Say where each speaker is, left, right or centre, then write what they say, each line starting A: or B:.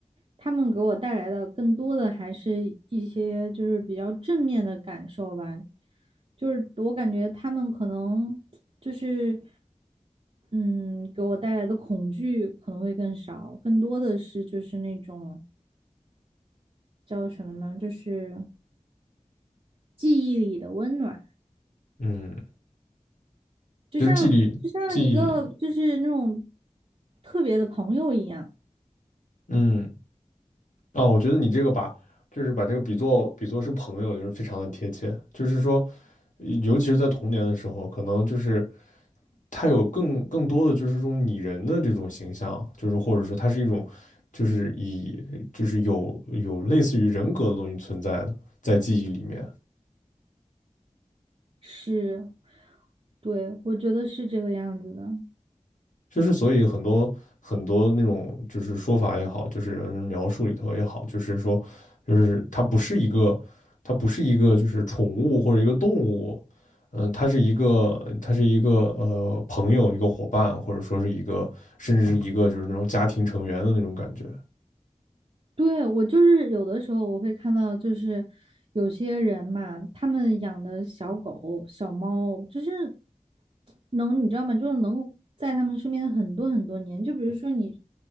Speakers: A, on the right (about 45°); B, on the left (about 85°).
A: 它们给我带来的更多的还是一些就是比较正面的感受吧。就是我感觉他们可能就是，嗯，给我带来的恐惧可能会更少，更多的是就是那种叫什么呢？就是记忆里的温暖，
B: 嗯，
A: 就像就像一个就是那种
B: 就是纪律纪律，
A: 特别的朋友一样。
B: 嗯啊，我觉得你这个把。就是把这个比作比作是朋友，就是非常的贴切。就是说，尤其是在童年的时候，可能就是它有更更多的就是这种拟人的这种形象，就是或者说它是一种，就是以就是有有类似于人格的东西存在的，在记忆里面，
A: 是，对，我觉得是这个样子的。
B: 就是所以很多很多那种就是说法也好，就是人描述里头也好，就是说就是它不是一个它不是一个就是宠物或者一个动物，嗯，它是一个它是一个呃朋友一个伙伴，或者说是一个甚至是一个就是那种家庭成员的那种感觉，
A: 对，我就是有的时候我会看到，就是有些人嘛，他们养的小狗、小猫，就是能，你知道吗？就是能在他们身边很多很多年。就比如说你